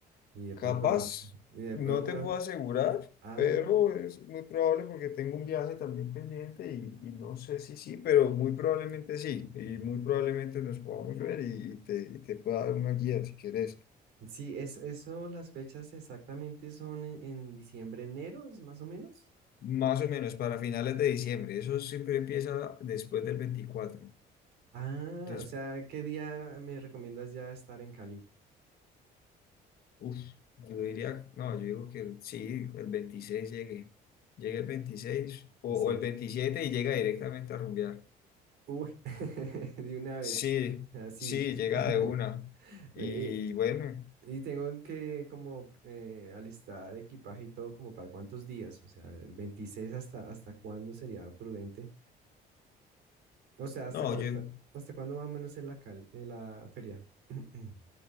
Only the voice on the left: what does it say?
Capaz,
no
te puedo asegurar,
pero es muy probable porque tengo un viaje también pendiente y, y no sé si sí, pero muy probablemente sí, y muy probablemente nos podamos ver y, y te, y te pueda dar una guía si quieres.
Más o menos para finales de diciembre. Eso siempre empieza después del veinticuatro
Entonces,
uff yo diría, no, yo digo que sí, el 26 llegue. Llegue el 26 o,
o el 27 y llega directamente a rumbear.
Sí,
sí,
llega
de una. Y
bueno,
no,
yo,